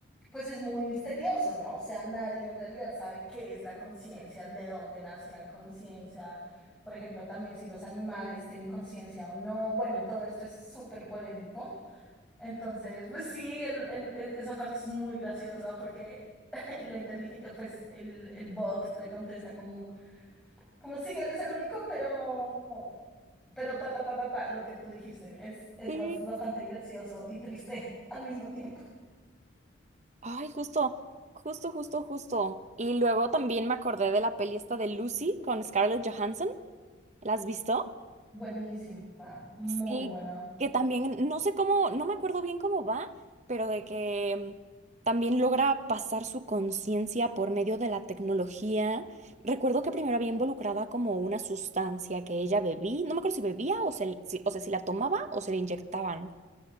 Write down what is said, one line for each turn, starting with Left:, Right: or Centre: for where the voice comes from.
Centre: pues es muy misterioso, ¿no? O sea, nadie en realidad sabe qué es la conciencia, de dónde nace la conciencia, por ejemplo, también si los animales tienen conciencia o no, bueno, todo esto es súper polémico. Entonces, pues sí, el- el- e- esa parte es muy graciosa porque <laughs> la inteligencia, pues el, el bot le contesta como, como sí, eres el único, pero, pero ta, ta, ta, ta, ta, lo que tú dijiste es, es
Right: Sí.
Centre: bas- bastante gracioso y triste <laughs> al mismo tiempo.
Right: Ay, justo, justo, justo, justo. Y luego también me acordé de la peli esta de Lucy con Scarlett Johansson. ¿La has visto?
Centre: Buenísima, muy
Right: Sí,
Centre: buena.
Right: que también, no sé cómo, no me acuerdo bien cómo va, pero de que mm, también logra pasar su conciencia por medio de la tecnología. Recuerdo que primero había involucrada como una sustancia que ella bebía, no me acuerdo si bebía o, se, si- o sea, si la tomaba o se la inyectaban,